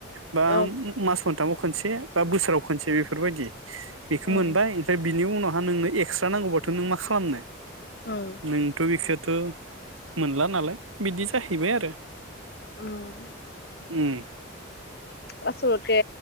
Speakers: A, on the right; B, on the left.
A: बा
B: औ
A: मास साथामाव खनसे बा बोसोराव खनसे बेफोरबायदि बेखौ
B: उम
A: मोनबाय ओमफ्राय बिनि उनाव आ नोंनो एक्सट्रा नांगौबाथ' नों मा खालामनो
B: उम
A: नोंथ' बेखौ मोनला नालाय बिदि जाहैबाय आरो
B: उम
A: उम
B: आसल'थे